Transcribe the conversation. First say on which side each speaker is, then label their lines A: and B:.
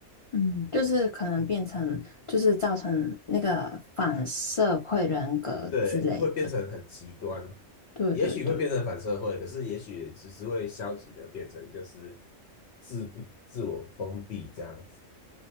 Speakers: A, on the left (about 45°); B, on the left (about 60°).
A: 嗯，就是可能变成，就是造成那个反社会人格之类的。
B: 对，会变成很极端，
A: 对对对，
B: 也许会变成反社会，可是也许只是会消极的变成就是自自我封闭这样子。